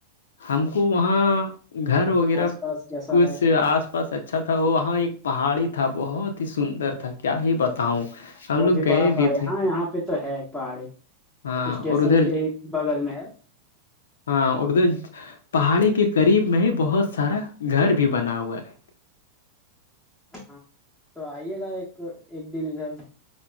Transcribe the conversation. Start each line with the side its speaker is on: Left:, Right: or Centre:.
Left: ہم کو وہاں گھر وغیرہ
Centre: آس پاس کیسا
Left: کچھ
Centre: ہے
Left: آس پاس اچھا اچھا تھا وہاں ایک پہاڑی تھا بہت ہی سندر تھا کیا ہی بتاؤں ہم
Centre: بہت
Left: لوگ
Centre: ہی
Left: گئے
Centre: بڑا پہڑی
Left: بھی
Centre: ہے
Left: تھے
Centre: ہاں یہاں پہ تو ہے ایک پہاڑی
Left: ہاں
Centre: اسٹیشن
Left: اور ادھر
Centre: کے ہی بغل میں ہے
Left: ہاں اور ادھر پہاڑی کے قریب میں ہی بہت سارا گھر بھی بنا ہوا ہے
Centre: ہاں تو آئیے گا ایک ایک دن ادھر